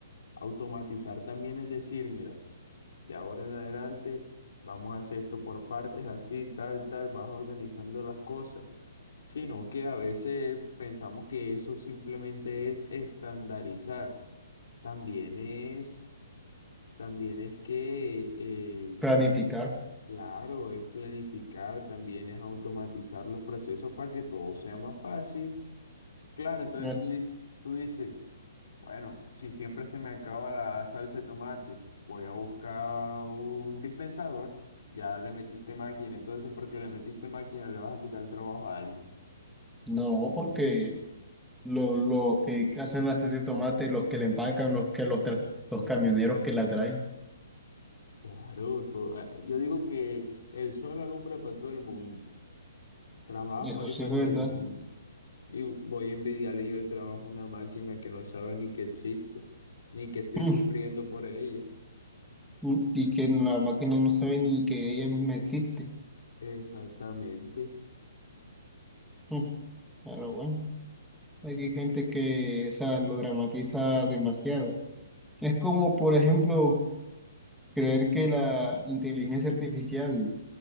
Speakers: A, on the left; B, in the centre.
A: Automatizar también es decir, mira, de ahora en adelante vamos a hacer esto por partes, así, tal, tal, vas organizando las cosas sino que a veces pensamos que eso simplemente es estandarizar. También es, también es que, eh,
B: Planificar.
A: claro, es planificar, también es automatizar los procesos para que todo sea más fácil. Claro, entonces
B: No, es-
A: tú dices, tú dices, bueno, si siempre se me acaba la salsa de tomate, voy a buscar un dispensador. Ya le metiste máquina, entonces porque le metiste máquina le vas a quitar el trabajo a alguien.
B: no, porque lo, lo que hacen las salsa de tomate, los que la empacan, los que los, tra- los camioneros que la traen.
A: Claro, to- ah, yo digo que el sol alumbra para todo el mundo, trabajo
B: Eso
A: hay
B: sí
A: para
B: es verdad.
A: todo el mundo. Y voy a envidiarle yo el trabajo a una máquina que no sabe ni que existo, ni que estoy
B: Mm,
A: sufriendo por ella.
B: mm, Y que la máquina no sabe ni que ella misma existe.
A: Exactamente.
B: Mm, Pero bueno, hay gente que, o sea, lo dramatiza demasiado. Es como, por ejemplo, creer que la inteligencia artificial